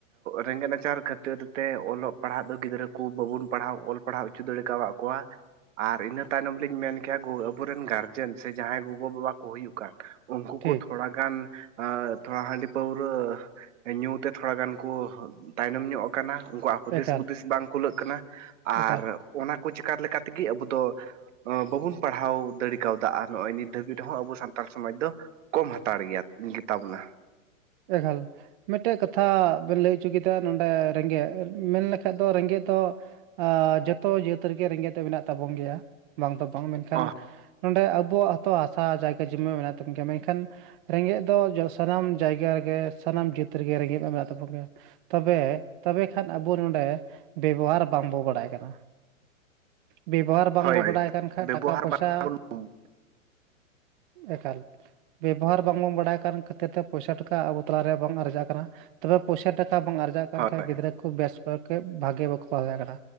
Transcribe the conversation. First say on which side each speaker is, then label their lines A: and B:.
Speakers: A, on the right; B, on the right.
A: ᱨᱮᱜᱮᱡ ᱱᱟᱪᱟᱨ ᱠᱷᱟᱹ ᱛᱤᱨ ᱛᱮ ᱚᱞᱚᱜ ᱯᱟᱲᱦᱟᱜ ᱫᱚ ᱜᱤᱫᱽᱨᱟᱹ ᱠᱩ ᱵᱟᱵᱩᱱ ᱯᱟᱲᱦᱟᱣ ᱚᱞ ᱯᱟᱲᱦᱟᱣ ᱚᱪᱩ ᱫᱟᱲᱮ ᱠᱟᱣᱟᱫ ᱠᱚᱣᱟ ᱟᱨ ᱤᱱᱟᱹ ᱛᱟᱭᱱᱚᱢ ᱞᱤᱧ ᱢᱮᱱ ᱠᱮᱭᱟ ᱜᱳ ᱟᱵᱚᱨᱮᱱ ᱜᱟᱨᱡᱮᱱ ᱥᱮ ᱡᱟᱦᱟᱸᱭ ᱜᱚᱜᱚ ᱵᱟᱵᱟ ᱠᱚ ᱦᱩᱭᱩᱜ ᱠᱟᱱ ᱩᱱᱠᱩ
B: ᱴᱷᱤᱠ
A: ᱠᱚ ᱛᱷᱚᱲᱟ ᱜᱟᱱ ᱛᱷᱚᱲᱟ ᱦᱟᱺᱰᱤ ᱯᱟᱹᱣᱨᱟᱹ ᱧᱩ ᱛᱮ ᱛᱷᱚᱲᱟ ᱜᱟᱱ ᱠᱚ ᱛᱟᱭᱱᱚᱢ ᱧᱚᱜ ᱠᱟᱱᱟ ᱩᱱᱠᱩ ᱟᱜ ᱦᱩᱫᱤᱥ
B: ᱮᱠᱟᱞ
A: ᱵᱩᱫᱤᱥ ᱵᱟᱝ ᱠᱩᱞᱟᱹᱜ ᱠᱟᱱᱟ
B: ᱮᱠᱟᱞ
A: ᱟᱨ ᱚᱱᱟ ᱠᱚ ᱪᱮᱠᱟ ᱞᱮᱠᱟ ᱛᱮᱜᱮ ᱟᱵᱩ ᱫᱚ ᱵᱟᱵᱩᱱ ᱯᱟᱲᱦᱟᱣ ᱫᱟᱲᱤ ᱠᱟᱣᱫᱟ ᱟᱨ ᱱᱚᱜ-ᱚᱭ ᱱᱤᱛ ᱫᱷᱟᱹᱵᱤᱡ ᱨᱮᱦᱚᱸ ᱟᱵᱚ ᱥᱟᱱᱛᱟᱞ ᱥᱚᱢᱟᱡᱽ ᱫᱚ ᱠᱚᱢ ᱦᱟᱛᱟᱲ ᱜᱮᱭᱟ ᱜᱮᱛᱟ ᱵᱚᱱᱟ᱾
B: ᱮᱠᱟᱞ ᱢᱮᱴᱮᱡ ᱠᱟᱛᱷᱟ ᱵᱮᱱ ᱞᱟᱹᱭ ᱩᱪᱚ ᱠᱮᱫᱟ ᱱᱚᱰᱮ ᱨᱮᱸᱜᱮᱡ ᱢᱮᱱ ᱞᱮᱠᱷᱟᱡ ᱫᱚ ᱨᱮᱸᱜᱮᱡ ᱫᱚ ᱡᱚᱛᱚ ᱡᱟᱹᱛ ᱨᱮᱜᱮ ᱨᱮᱸᱜᱮᱡ ᱫᱚ ᱢᱮᱱᱟᱜ ᱛᱟᱵᱚᱱ ᱜᱮᱭᱟ ᱵᱟᱝ ᱫᱚ ᱵᱟᱝ ᱢᱮᱱᱠᱷᱟᱱ
A: ᱚ
B: ᱱᱚᱰᱮ ᱟᱵᱩᱣᱟᱜ ᱦᱚᱛᱚ ᱦᱟᱥᱟ ᱡᱟᱭᱜᱟ ᱡᱚᱢᱤ ᱢᱮᱱᱟᱜ ᱛᱟᱵᱚᱱ ᱜᱮᱭᱟ ᱢᱮᱱᱠᱷᱟᱱ ᱨᱮᱸᱜᱮᱡ ᱫᱚ ᱥᱟᱱᱟᱢ ᱡᱟᱭ ᱜᱟ ᱨᱮᱜᱮ ᱥᱟᱱᱟᱢ ᱡᱟᱹᱛ ᱨᱮᱜᱮ ᱨᱮᱸᱜᱮᱡ ᱢᱟ ᱢᱮᱱᱟᱜ ᱛᱟᱵᱚᱱ ᱜᱮ ᱛᱚᱵᱮ ᱛᱚᱵᱮ ᱠᱷᱟᱱ ᱟᱵᱚ ᱱᱚᱰᱮ ᱵᱮᱵᱚᱦᱟᱨ ᱵᱟᱝᱵᱚ ᱵᱟᱲᱟᱭ ᱠᱟᱱᱟ᱾ ᱵᱮᱵᱚᱦᱟᱨ ᱵᱟᱝᱵᱚ
A: ᱦᱳᱭ
B: ᱵᱟᱰᱟᱭ ᱠᱟᱱ ᱠᱷᱟᱡ
A: ᱵᱮᱵᱚᱦᱟᱨ
B: ᱴᱟᱠᱟ ᱯᱚᱭᱥᱟ
A: ᱵᱟᱝᱵᱚᱱ
B: ᱮᱠᱟᱞ ᱵᱮᱵᱚᱦᱟᱨ ᱵᱟᱝᱵᱚᱱ ᱵᱟᱰᱟᱭ ᱠᱟᱱ ᱠᱷᱟᱹᱛᱤᱨ ᱛᱮ ᱯᱚᱭᱥᱟ ᱴᱟ ᱠᱟ ᱟᱵᱚ ᱛᱟᱞᱟᱨᱮ ᱵᱟᱝ ᱟᱨᱡᱟᱜ ᱠᱟᱱᱟ ᱛᱚᱵᱮ ᱯᱚᱭᱥᱟ ᱴᱟᱠᱟ ᱵᱟᱝ ᱟᱨᱡᱟᱜ ᱠᱟᱱ
A: ᱦᱳᱭ
B: ᱠᱷᱟᱡ ᱜᱤᱫᱽᱨᱟᱹ ᱠᱩ ᱵᱮᱥ ᱵᱟᱠᱚ ᱵᱷᱟᱜᱮ ᱵᱟᱠᱚ ᱯᱟᱲᱦᱟᱣ ᱫᱟᱲᱭᱟᱜ ᱠᱟᱱᱟ